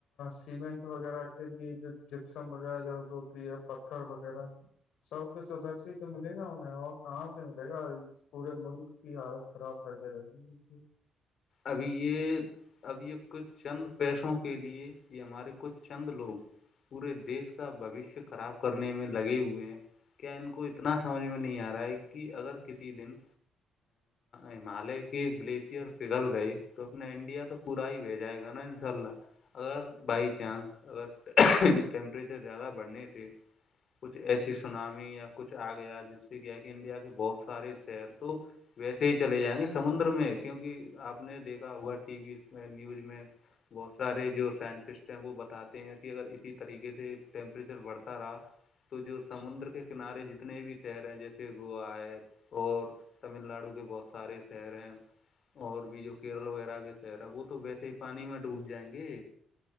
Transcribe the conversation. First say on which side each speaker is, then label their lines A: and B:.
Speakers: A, on the left; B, on the left.
A: سیمنٹ وغیرہ کے لیے جو جپسم وغیرہ ضرورت ہوتی ہے وغیرہ سب کچھ ادھر سے ہی تو ملے گا انہیں اور کہاں سے ملے گا پورے ملک کی حالت خراب کرکے رکھی ہے
B: ابھی یہ اب یہ کچھ چند پیسوں کے لیے یہ ہمارے کچھ چند لوگ پورے دیش کا بوشیہ خراب کرنے میں لگے ہوئے ہیں کیا ان کو اتنا سمجھ میں نہیں آ رہا ہے کہ اگر کسی دن ہمالیہ کی گلیشئر پگل گئی تو اپنا انڈیا تو پورا ہی بھی جائے گا نا انشاء اللہ اگر بائی چانس اگر ٹیمپریچر زیادہ بڑھنے سے کچھ ایسی سونامی یا کچھ آ گیا جس سے کیا ہے کہ انڈیا کے بہت سارے شہر تو ویسے ہی چلے جائیں گے سمندر میں کیونک کہ آپ نے دیکھا ہوا ٹی وی میں نیوز میں بہت سارے جو سائنٹسٹ ہیں وہ بتاتے ہیں کہ اگر اسی طریقے سے ٹیمپریچر بڑھتا رہا تو جو سمندر کے کنارے جتنے بھی شہر ہیں جیسے گووا ہے اور تمل ناڈو کے بہت سارے شہر ہیں اور بھی جو کیرل وغیرہ کے خر ہے وہ تو ویسے ہی پانی میں ڈوب جائیں گے